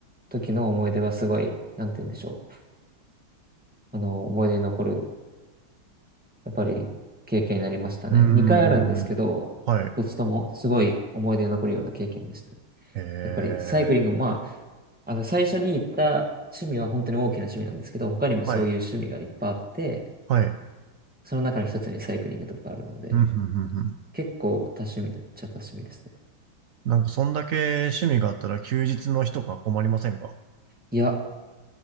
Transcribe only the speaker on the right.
ーん。
はい。
ええ。
はい。はい。
ふん、ふんふんふん。
なんか、そんだけ趣味があったら休日の日とか困りませんか